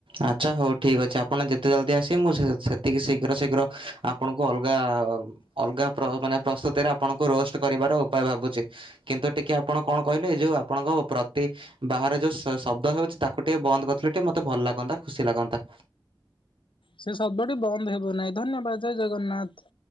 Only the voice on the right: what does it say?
ଆଚ୍ଛା ହଉ ଠିକ୍ ଅଛି ଆପଣ ଯେତେ ଜଲଦି ଆସିବେ ମୁଁ ସେ ସେ ଟିକେ ଶୀଘ୍ର ଶୀଘ୍ର ଆପଣଙ୍କୁ ଅଲଗା ଅଲଗା ପ ମାନେ ପ୍ରସ୍ତୁତିରେ ଆପଣଙ୍କୁ କୁ ରୋଷ୍ଟ କରିବାର ଉପାୟ ଭାବୁଛି କିନ୍ତୁ ଟିକେ ଆପଣ କଣ କହିଲେ ଏ ଯେଉ ଆପଣଙ୍କ ପ୍ରତି ବାହାରେ ଯୋଉ ଶ ଶବ୍ଦ ହଉଛି ତାକୁ ଟିକେ ବନ୍ଦ କରିଥିଲେ ଟିକେ ମତେ ଭଲ ଲାଗନ୍ତା ଖୁସି ଲାଗନ୍ତା।